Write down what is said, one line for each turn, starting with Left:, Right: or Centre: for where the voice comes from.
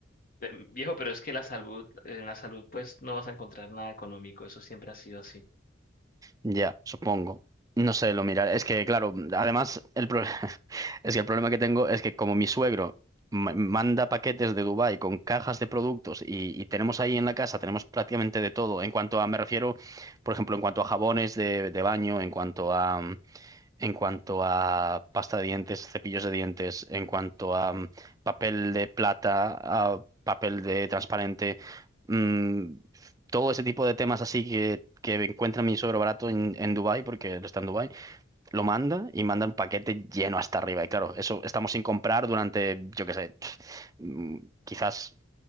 Left: Em, Viejo, pero es que la salud, en la salud, pues no vas a encontrar nada económico. Eso siempre ha sido así.
Right: Ya, supongo. No sé, lo miraré. Es que, claro, además, el pro- <laughs> es que el problema que tengo es que como mi suegro ma- manda paquetes de Dubái con cajas de productos y, y tenemos ahí en la casa, tenemos prácticamente de todo. En cuanto a, me refiero, por ejemplo, en cuanto a jabones de, de baño, en cuanto a en cuanto a pasta de dientes, cepillos de dientes, en cuanto a mm, papel de plata, a papel de transparente, mm, todo ese tipo de temas así que, que encuentra mi suegro barato en, en Dubái, porque él está en Dubái, lo manda y manda un paquete lleno hasta arriba. Y claro, eso estamos sin comprar durante, yo qué sé, pf, mm, quizás